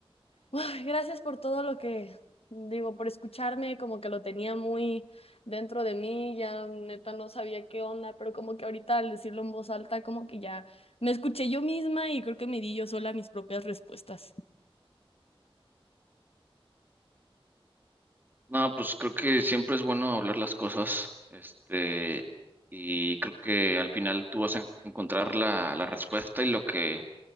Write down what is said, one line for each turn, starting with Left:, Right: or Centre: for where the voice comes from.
Left: Ay, gracias por todo lo que, digo, por escucharme, como que lo tenía muy dentro de mí, ya neta no sabía qué onda, pero como que ahorita al decirlo en voz alta, como que ya me escuché yo misma y creo que me di yo sola mis propias respuestas.
Right: No, pues creo que siempre es bueno hablar las cosas, este, y creo que al final tú vas a encontrar la, la respuesta y lo que,